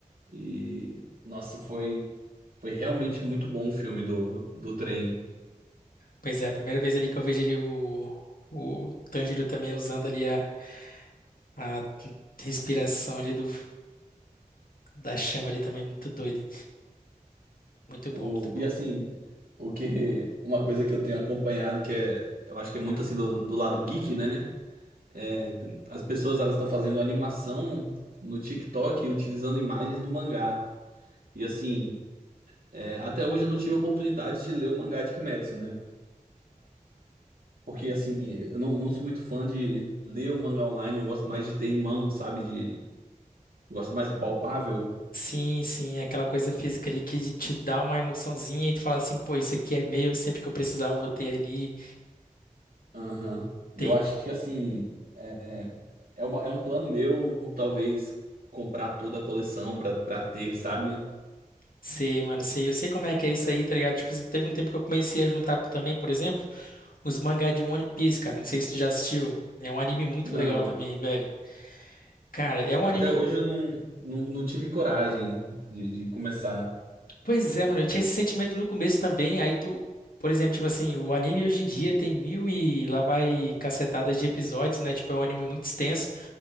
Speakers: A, on the right; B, on the left.
A: E, nossa, foi, foi realmente muito bom o filme do, do trem.
B: Pois é, a primeira vez ali que eu vejo ali o, o Tanjiro também usando ali a, a respiração ali do, da chama ali também, é muito doido. Muito bom,
A: O,
B: muito bom.
A: e assim, o que, uma coisa que eu tenho acompanhado, que é, eu acho que é muito assim do, do lado geek, né? É, as pessoas elas estão fazendo animação no TikTok utilizando imagens do mangá. E assim, é, até hoje eu não tive a oportunidade de ler o mangá de Kimetsu, né? Porque assim, eu não, não sou muito fã de ler o mangá online, eu gosto mais de ter em mão, sabe? De, eu gosto mais do palpável.
B: Sim, sim, é aquela coisa física ali que de- te dá uma emoçãozinha e tu fala assim, pô, isso aqui é meu, sempre que eu precisar eu vou ter ali.
A: Aham. E
B: Tem,
A: eu acho que assim, é, é, uma- é um plano meu, talvez, comprar toda a coleção para para ter, sabe?
B: sei, mano, sei, eu sei como é que é isso aí, tá ligado? Tipo assim, teve um tempo que eu comecei a juntar p- também, por exemplo, os mangá de One Piece, cara, não sei se tu já assistiu. né, É um anime muito
A: Não.
B: legal também, velho. Cara, é um
A: Até
B: anime.
A: hoje eu não, não, não tive coragem de, de começar.
B: Pois é, mano, eu tinha esse sentimento no começo também, aí tu. Por exemplo, tipo assim, o anime hoje em dia tem mil e lá vai cacetadas de episódios, né? Tipo, é um anime muito extenso.